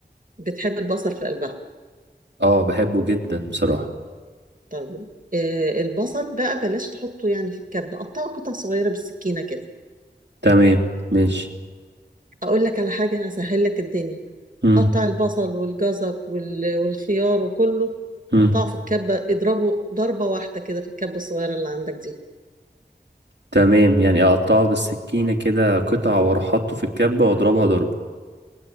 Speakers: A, on the right (about 50°); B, on the right (about 85°).
A: بتحب البصل في قلبها
B: اه بحبه جدا بصراحه
A: طيب آه، البصل بقى بلاش تحطه يعني في الكبة قطعه قطع صغيرة بالسكينة كده
B: تمام ماشي
A: أقول لك على حاجة هسهل لك الدنيا
B: امم
A: قطع البصل والجزر وال- والخيار وكله
B: امم
A: قطعه في الكبة اضربه ضربة واحدة كده في الكبة الصغيرة اللي عندك دي
B: تمام يعني اقطعه بالسكينه كده قطع واروح حاطه في الكبه واضربها ضربه